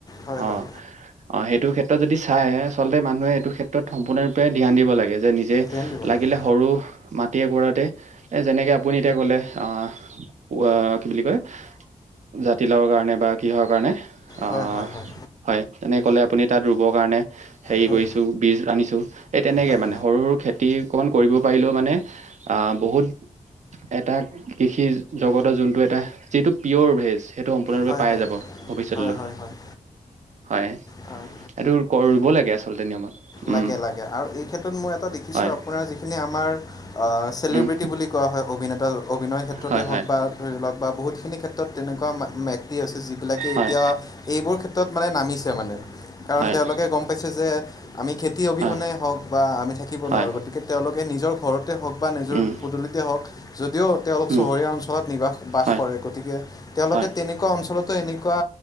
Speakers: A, on the left; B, on the right.
A: হয়
B: অ'।
A: হয়
B: অ' সেইটো ক্ষেত্ৰত যদি চাই আচলতে মানুহে এইটো ক্ষেত্ৰত সম্পূৰ্ণৰূপে ধ্যান দিব লাগে যে নি যে
A: ধ্যান দিব
B: লাগিলে
A: লাগে
B: সৰু মাটি একোৰাতে এ যেনেকে আপুনি এতিয়া ক'লে অহ উৱা কি বুলি কয় জাতিলাওৰ কাৰণে বা কিহৰ কাৰণে অ'
A: হয় হয় হয়
B: হয়, তেনে ক'লে আপুনি তাত ৰুব কাৰণে। হেৰি
A: হয়
B: কৰিছোঁ বীজ আনিছোঁ এই তেনেকে
A: হয়
B: মানে সৰু, সৰু খেতি অকণমান কৰিব পাৰিলেও মানে আহ, বহুত এটা কৃষি জগতৰ যোনটো এটা যিটো পিয়'ৰ ভেজ। সেইটো সম্পূৰ্ণৰূপে
A: হয়
B: পাই
A: হয়
B: যাব, ভৱিষ্যতলৈ,
A: হয় হয় হয় হয়
B: হয়।
A: হয়।
B: এইটো কৰ, ৰুব লাগে আচলতে নিয়মত। উম,
A: লাগে-লাগে আৰু এই ক্ষেত্ৰত মই এটা দেখিছোঁ,
B: হয়
A: আপোনাৰ যিখিনি আমাৰ আহ, চেলিব্ৰিটি
B: উম,
A: বুলি কোৱা হয়, অভিনেতা অভিনয় ক্ষেত্ৰতে
B: হয় হয়
A: হওক বা ধৰি লওক বা বহুতখিনি ক্ষেত্ৰত তেনেকুৱা ব্যক্তি আছে, যিবিলাকে
B: হয়
A: এতিয়া এইবোৰ ক্ষেত্ৰত মানে নামিছে মানে, কাৰণ
B: হয়
A: তেওঁলোকে গম পাইছে যে আমি খেতি অবিহনেই
B: হয়
A: হওক বা আমি থাকিব
B: হয়
A: নোৱাৰোঁ, গতিকে তেওঁলোকে নিজৰ ঘৰতে হওক বা নিজৰ
B: উম,
A: পদূলিতে হওক, যদিও তেওঁলোক
B: উম,
A: চহৰীয়া অঞ্চলত নিবাহ বাস
B: হয়
A: কৰে, গতিকে তেওঁলোকে
B: হয়
A: তেনে অঞ্চলতো এনেকুৱা